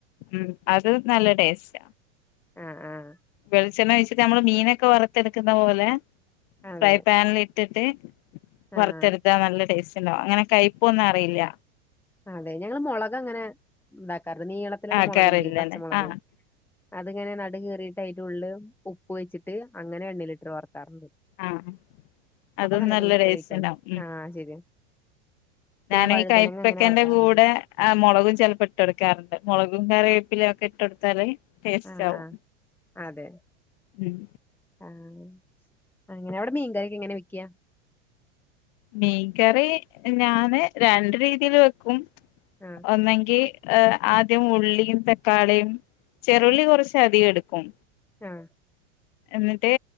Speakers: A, on the left; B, in the centre.
A: ഉം അത് നല്ല ടേസ്റ്റ.
B: ആഹ് ആഹ്
A: വെളിച്ചെണ്ണ ഒഴിച്ചിട്ട് നമ്മള് മീനൊക്കെ വറ- ത്തെടുക്കുന്ന പോലെ
B: അതെ
A: ഫ്രൈ പാനിൽ ഇട്ടിട്ട്-
B: ആഹ്
A: വറുത്തെടുത്താ നല്ല ടേസ്റ്റ്ണ്ടാവും. അങ്ങനെ കയ്പ്പോന്നും അറിയില്ല.
B: അതെ ഞങ്ങള് മൊളക് അങ്ങനെ ഇതാക്കാറ്ണ്ട് നീളത്തില്ള്ള
A: ആക്കാറില്ലല്ലേ
B: മൊളക് ല്ലേ പച്ചമൊളക്.
A: ആഹ്
B: അത്ങ്ങനെ നടു കീറീട്ട് അയിന്റെ ഉള്ള് ഉപ്പ് വെച്ച്ട്ട് അങ്ങനെ എണ്ണിലിട്ട് വറക്കാറ്ണ്ട്.
A: ആഹ് അതും
B: അപ്പ നല്ല ടേസ്റ്റാ
A: ടേസ്റ്റ്
B: കഴിക്കാന്
A: ഉണ്ടാവും
B: ആഹ് ശരിയാ. പിന്നെ
A: ഞാനീ
B: വഴുതനങ്ങ
A: കൈപ്പക്കന്റെ
B: അങ്ങനെ വറക്കാറുണ്ട്
A: കൂടെ- ആഹ് മൊളകും ചെലപ്പോ ഇട്ട്കൊട്ക്കാറ്ണ്ട്. മൊളകും കറിവേപ്പിലേം ഒക്കെ ഇട്ട്കൊട്ത്താല് - ടേസ്റ്റാവും
B: ആഹ് ആഹ് അതെ
A: ഉം.
B: ആഹ് അങ്ങനെ അവടെ മീൻകറ്യോക്കെ എങ്ങനെ വെക്ക്യ?
A: മീൻകറി ഞാന് രണ്ട് രീതീല് വെക്കും.
B: ആഹ്
A: ഒന്നെങ്കി ആദ്യം ഉള്ളിയും തക്കാളിയും ചെറുള്ളി കൊറച്ച് അധികം എടുക്കും.
B: ആഹ്
A: എന്നിട്ട്